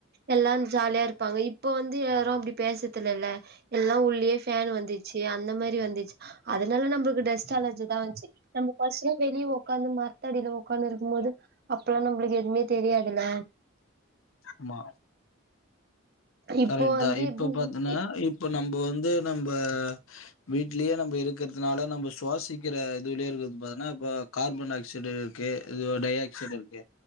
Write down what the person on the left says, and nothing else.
ஆமா
கரெக்ட்
தா இப்ப
பாத்தீன்னா
இப்ப நம்ப வந்து நம்ப வீட்டு வீட்லயே நம்ம இருக்கிறதுனால நம்ம சுவாசிக்கிற இதுலயே இருக்கிறதது பாத்தோனா இப்போ கார்பன் ஆக்சைடு ஓக்கே இதோட டைஆக்ஸைடு இருக்கு